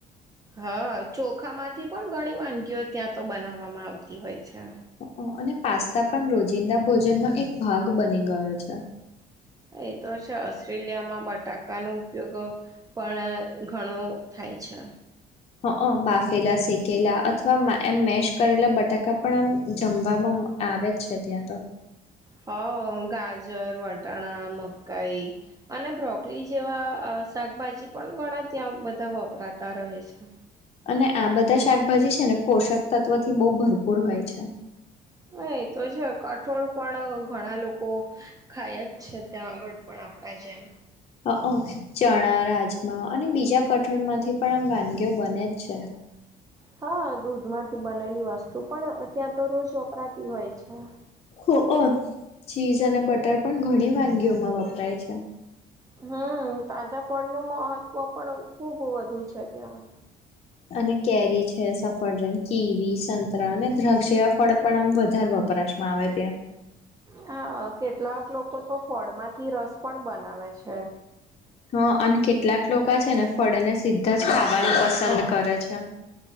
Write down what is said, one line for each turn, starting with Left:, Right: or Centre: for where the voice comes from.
Right: હા, ચોખા માંથી પણ ઘણી વાનગીઓ ત્યાં તો બનાવવામાં આવતી હોય છે.
Left: હઅ અને પાસ્તા પણ રોજિંદા ભોજનનો એક ભાગ બને ગયો છે
Right: એ તો ઓસ્ટ્રેલિયામાં બટાકાનો ઉપયોગ પણ ઘણો થાય છે
Left: અચછા હઅ, બાફેલા શેકેલા અથવા એમ મેેશ કરેલા બટાકા પણ આમ જમવામાં આવે જ છે ત્યાં તો
Right: હ, ગાજર, વટાણા, મકાઈ અને બ્રોકલી જેવા શાકભાજી પણ ઘણા ત્યાં બધા વપરાતા રહે છે.
Left: અને આ બધા શાકભાજી છે ને પોષક તત્વથી બહુ ભરપૂર હોય છે.
Right: હ એ તો છે કઠોળ પણ ઘણા લોકો ખાય જ છે ત્યાં આગળ પણ. આપણા જેમ.
Left: અ અ ચણા રાજમા અને બીજા કઠોળમાંથી પણ આમ વાનગીઓ બને જ છે.
Right: હા દૂધ માંથી બનેલી વસ્તુ પણ ત્યાં તો રોજ વપરાતી હોય છે.
Left: ઓ ઓ ચીઝ અને બટર પણ ઘણી વાનગીઓમાં વપરાય છે.
Right: હ તાજા ફળનું મહત્વ પણ ખુબ વધુ છે ત્યાં.
Left: અને કેરી છે, સફરજન, કીવી, સંતરા અને દ્રાક્ષ જેવા ફળ પણ આમ વધારવા વપરાશ માં આવે ત્યાં
Right: હા કેટલાક લોકો તો ફળમાંથી રસ પણ બનાવે છે
Left: હ અને કેટલાક લોકો છે ને ફળને સીધા જ ખાવાનું પસંદ કરે છે <inaudible>